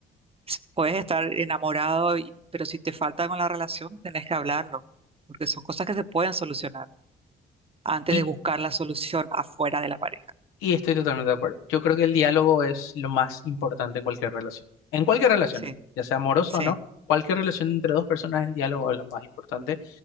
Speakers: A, on the right; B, on the left.
A: s- puedes estar enamorado, y- pero si te falta algo en la relación, tenés que hablarlo, porque son cosas que se pueden solucionar antes
B: Y,
A: de buscar la solución afuera de la pareja.
B: y estoy totalmente de acuerdo. Yo creo que el diálogo es lo más importante en cualquier relación. En cualquier relación,
A: Sí,
B: ¿eh? Ya sea amorosa
A: sí.
B: o no, cualquier relación entre dos personas, el diálogo es lo más importante